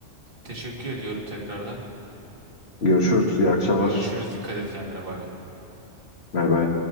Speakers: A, on the right; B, on the left.
A: Teşekkür ediyorum tekrardan.
B: Görüşürüz. İyi akşamlar.
A: Görüşürüz. Dikkat et kendine. Bay bay.
B: Bay bay.